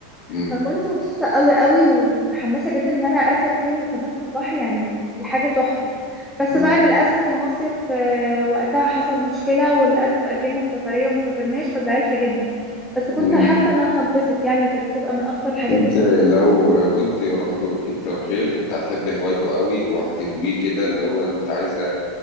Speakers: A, on the left; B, in the centre.
A: مم.
B: فكنت مبسوطة قوي قوي ومتحمسة جدا ان انا اركب خيل وكمان في البحر يعني دي حاجة تحفة بس
A: مم.
B: بقى للأسف المصيف آه، وقتها حصل مشكلة وللأسف أجلنا السفرية وما سافرناش فزعلت جدا بس كنت
A: مم.
B: حاسة ان انا هتبسط يعني وكانت هتبقى من اكتر الحاجات
A: أنت
B: اللي كانت
A: لو كنت رحت وركبت الخيل كنت هتحب هوايته قوي وهتهويه كده اللي هو أنت عايز